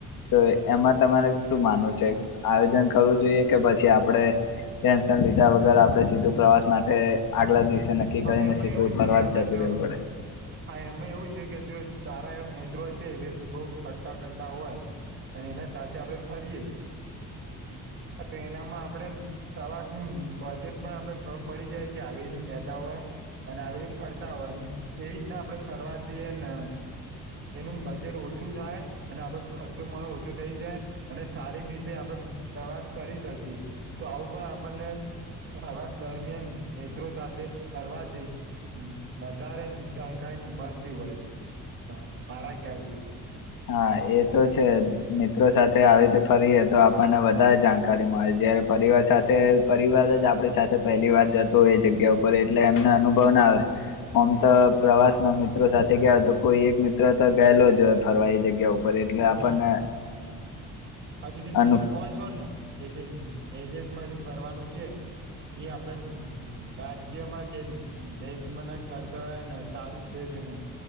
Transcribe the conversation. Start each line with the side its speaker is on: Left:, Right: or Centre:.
Left: તો એમાં તમારે શું માનવું છે, આયોજન કરવું જોઈએ કે પછી આપડે ટેન્શન લીધા વગર આપડણે સીધું પ્રવાસ માટે આગલા દિવસે નક્કી
Right: પણ
Left: કરીને
Right: એમાં
Left: તો
Right: એવું
Left: ફરવા
Right: છે કે આપણે
Left: જ જતું
Right: જો
Left: રહેવું પડે
Right: હા એમાં એવું છે કે જો સારા એ મિત્રો છે કે જે બઉ ફરતા કરતા હોય અને એના સાથે આપડે ફરીએ
Left: <unintelligible>
Right: તો એનામાં આપડે પ્રવાસ નું બજેટ પણ આપણે ખબર મળી જાય કે આવી રીતે નેતાઓ હોય અને આવી રીતે ફરતા હોય કેવી રીતના આપડે ફરવા દઈએે ને એનું બજેટ ઓછું થાય અને આપ ખર્ચો પણ ઓછો થઈ જાય અને સારી રીતે આપડે પ્રવાસ કરી શકીએ તો આવું પણ આપણને આવાસ દરમિયાન મિત્રો સાથે ફરવાથી વધારે જ જાણકારી મળતી હોય છે મારા ખ્યાલથી
Left: હા એ તો છે મિત્રો સાથે આવી તો ફરીએ તો આપણને વધારે જાણકારી મળે જયારે પરિવાર સાથે પરિવા આપડી સાથે પહેલી વાત જતો હોય એ જગ્યા ઉપર એટલે એમને અનુભવ ના આવે. આમ તો પ્રવાસમાં મિત્રો સાથે ગયા તો કોઈ એક મિત્ર તો ગયેલો જ ફરવા એ જગ્યા ઉ પર એટલે
Right: અને
Left: આપણને
Right: પાછું જે તમે
Left: અનુ
Right: કો છો ને કે જેમ એ દેશમાં જેમ ફરવાનું છે ઈ આપડે રાજ્યમાં કે દેશમાં ના કરતા સારું છે કે નઈ